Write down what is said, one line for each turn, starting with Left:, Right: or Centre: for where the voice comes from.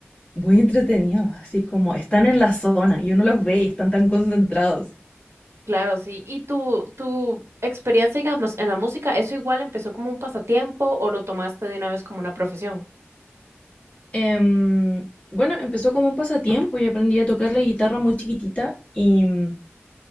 Left: muy entretenido, así como están en la zona y uno los ve y están tan concentrados.
Right: Claro, sí. ¿Y tu, tu experiencia, digamos, en la música, eso igual empezó como un pasatiempo o lo tomaste de una vez como una profesión?
Left: Em, bueno, empezó como un pasatiempo y aprendí a tocar la guitarra muy chiquitita y... mm,